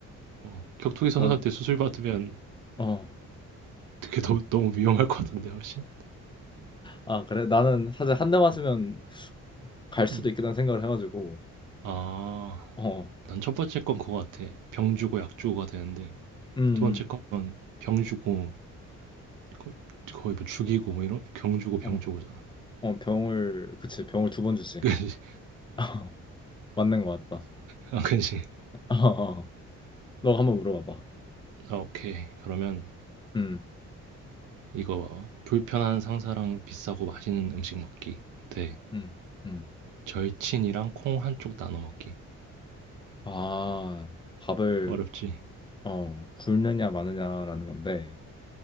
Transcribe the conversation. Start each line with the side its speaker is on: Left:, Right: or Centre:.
Right: 어, 격투기 선수한테
Left: 난,
Right: 수술 받으면,
Left: 어.
Right: 그게 너, 너무 위험할 것 같은데, 훨씬?
Left: 아, 그래? 나는 사실 한 대 맞으면
Right: 응.
Left: 갈 수도
Right: 응.
Left: 있겠다는 생각을 해가지고
Right: 아,
Left: 어,
Right: 난 첫 번째 건 그거 같아. 병 주고 약 주고가 되는데,
Left: 음,
Right: 두 번째 건 병 주고 거의, 거의 뭐 죽이고 뭐 이런 경 주고 병
Left: 어,
Right: 주고잖아.
Left: 어 병을 그치 병을 두 번 주지
Right: <laughs>
Left: <laughs> 맞는 것 같다.
Right: 아 그지.
Left: <laughs> 어, 어. 너가 한번 물어봐봐.
Right: 아 오케이. 그러면
Left: 음,
Right: 이거 봐봐. 불편한 상사랑 비싸고 맛있는 음식 먹기 대
Left: 음, 음.
Right: 절친이랑 콩 한쪽 나눠 먹기.
Left: 아 밥을
Right: 어렵지.
Left: 어 굶느냐 마느냐라는 건데